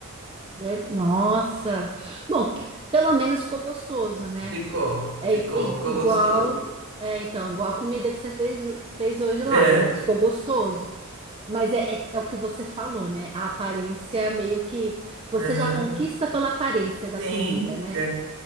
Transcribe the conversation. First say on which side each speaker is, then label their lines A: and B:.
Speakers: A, on the right; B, on the right.
A: Ver- Nossa. Bom, que- pelo menos ficou gostoso, né?
B: Ficou,
A: É
B: ficou,
A: i-
B: ficou
A: igual,
B: gostoso.
A: é, então, igual a comida que você fez, que fez hoje lá,
B: É,
A: pelo menos ficou gostoso. Mas é, é, é o que você falou, né? A aparência meio que você
B: uhum.
A: já conquista pela aparência da
B: Sim,
A: comida, né?